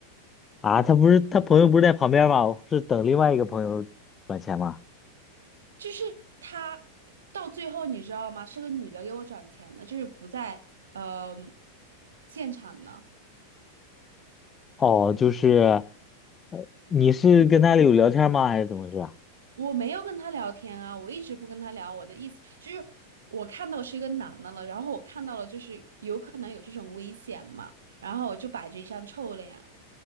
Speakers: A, on the left; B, on the right.
A: 啊！他不是他朋友不是在旁边吗？是等另外一个朋友转钱吗？
B: 就是他到最后你知道吗？是个女的给我转钱的，就是不在呃现场的。
A: 哦，就是呃，你是跟他有聊天吗？还是怎么回事啊？
B: 我没有跟他聊天啊，我一直不跟他聊。我的意思就是，我看到是一个男的了，然后我看到了就是有可能有这种危险嘛，然后我就摆着一张臭脸。